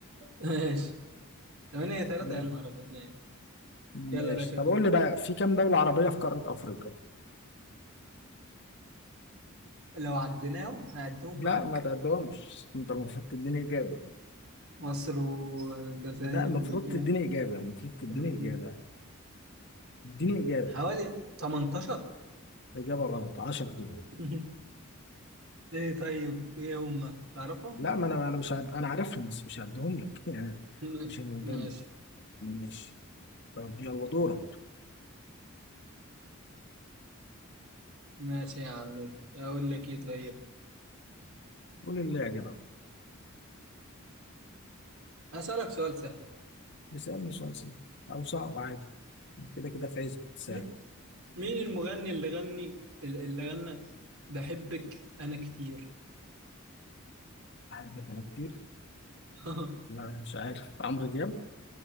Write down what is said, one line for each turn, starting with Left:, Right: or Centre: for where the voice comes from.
Right: ماشي ثمانية ثلاثة
Left: عليك
Right: يا نهار أبيض ماشي
Left: ماشي
Right: يلا يا باشا
Left: طب
Right: دوب
Left: قول لي بقى في كام دولة عربية في قارة أفريقيا؟
Right: لو عديناهم هعدهم
Left: لا
Right: معاك
Left: ما تعدهمش أنت المفروض تديني إجابة
Right: مصر والجزائر
Left: لا المفروض
Right: ليبيا
Left: تديني إجابة المفروض تديني
Right: أم،
Left: إجابة اديني إجابة
Right: حوالي 18
Left: إجابة غلط 10 دول
Right: <laughs> ايه طيب ايه هم تعرفهم
Left: لا ما أنا أنا مش عد... أنا عارفهم بس مش هعدهم لك <laughs> يعني
Right: م-
Left: مش هنعدهم
Right: ماشي
Left: ماشي طب يلا دورك
Right: ماشي يا عم اقول لك ايه طيب
Left: قول اللي يعجبك
Right: هسألك سؤال سهل
Left: اسألني سؤال سهل أو صعب عادي أنا كده كده فايز بالساعة
Right: م- مين المغني اللي غني اللي غنى بحبك انا كتير
Left: أحبك أنا كتير
Right: <laughs>
Left: لا مش عارف عمرو دياب